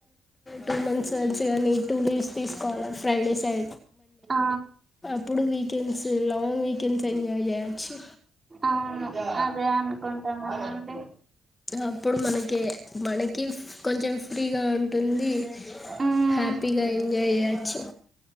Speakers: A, on the left; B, on the right.
A: టూ మంత్స్ వన్స్ కానీ టూ లీవ్స్ తీసుకోవాలి ఫ్రైడే సై
B: ఆ
A: అప్పుడు వీకెండ్స్ లాంగ్ వీకెండ్స్ ఎంజాయ్ చేయచ్చు
B: అవును అదే అనుకుంటాన్నానండి
A: అప్పుడు మనకి మనకి కొంచెం ఫ్రీగా ఉంటుంది
B: ఉమ్
A: హ్యాపీగా ఎంజాయ్ చేయచ్చు